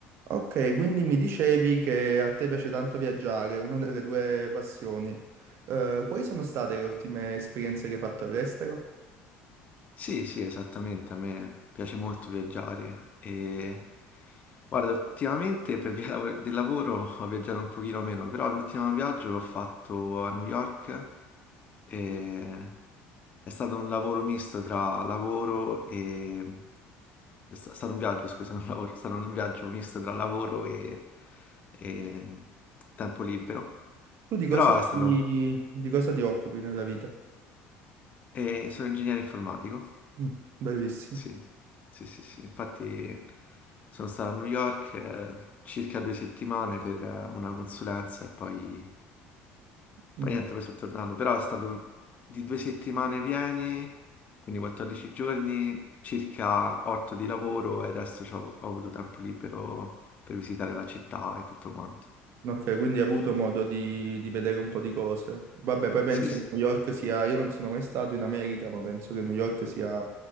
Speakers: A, on the right; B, on the left.
A: Ok, quindi mi dicevi che a te piace tanto viaggiare, una delle tue passioni. Eh, quali sono state le ultime esperienze che hai fatto all'estero?
B: Sì, sì, esattamente, a me piace molto viaggiare e guarda, ultimamente per via lav- del lavoro ho viaggiato un pochino meno, però l'ultimo viaggio l'ho fatto a New York e è stato un lavoro misto tra lavoro e... È sta- stato un viaggio, scusa, <laughs> non lavoro, è stato un viaggio misto tra lavoro e, e tempo libero,
A: Tu di cosa
B: però è stato...
A: ti, di cosa ti occupi nella vita?
B: e sono ingegnere informatico
A: Mm, bellissimo.
B: Sì, sì, sì, sì. Infatti sono stato a New York eh, circa due settimane per eh, una consulenza e poi,
A: Mm.
B: poi niente, poi sono tornato. Però è stato di due settimane piene, quindi 14 giorni, circa 8 di lavoro e il resto c'ho- ho avuto tempo libero per visitare la città e tutto quanto.
A: Ok, quindi hai avuto modo di, di vedere un po' di cose. Vabbè, poi penso
B: Sì, sì.
A: che New York sia, io non sono mai stato in America, ma penso che New York sia,